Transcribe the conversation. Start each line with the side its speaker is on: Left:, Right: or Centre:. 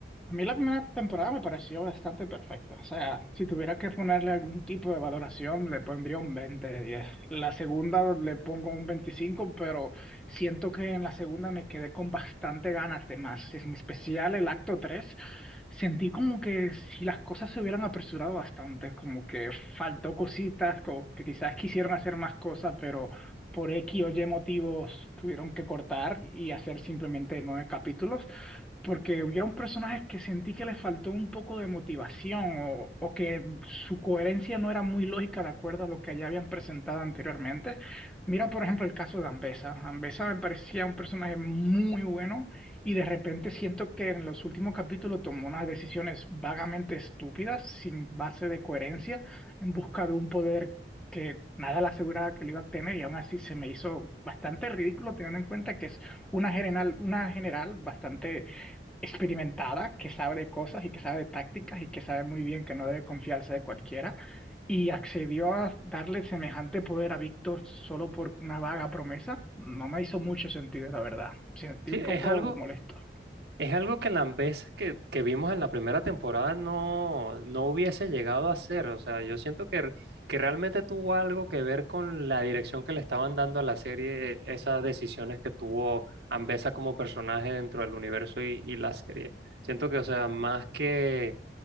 Centre: A mí la primera temporada me pareció bastante perfecta. O sea, si tuviera que ponerle algún tipo de valoración, le pondría un 20 de 10. La segunda le pongo un 25, pero siento que en la segunda me quedé con bastante ganas de más. En especial el acto 3, sentí como que si las cosas se hubieran apresurado bastante, como que faltó cositas, como que quizás quisieron hacer más cosas, pero por X o Y motivos tuvieron que cortar y hacer simplemente nueve capítulos porque hubieron personajes que sentí que les faltó un poco de motivación o, o que su coherencia no era muy lógica de acuerdo a lo que ya habían presentado anteriormente. Mira, por ejemplo, el caso de Ambessa. Ambessa me parecía un personaje muy bueno y de repente siento que en los últimos capítulos tomó unas decisiones vagamente estúpidas, sin base de coherencia, en busca de un poder que nada le aseguraba que lo iba a tener y aún así se me hizo bastante ridículo teniendo en cuenta que es una general, una general bastante experimentada, que sabe de cosas y que sabe de tácticas y que sabe muy bien que no debe confiarse de cualquiera, y accedió a darle semejante poder a Víctor solo por una vaga promesa, no me hizo mucho sentido, la verdad. Me Sentí
Right: Sí,
Centre: un poco
Right: es algo,
Centre: molesto.
Right: es algo que Lambesa que, que vimos en la primera temporada no, no hubiese llegado a hacer. O sea, yo siento que, que realmente tuvo algo que ver con la dirección que le estaban dando a la serie, esas decisiones que tuvo Ambesa como personaje dentro del universo y, y la serie. Siento que, o sea, más que,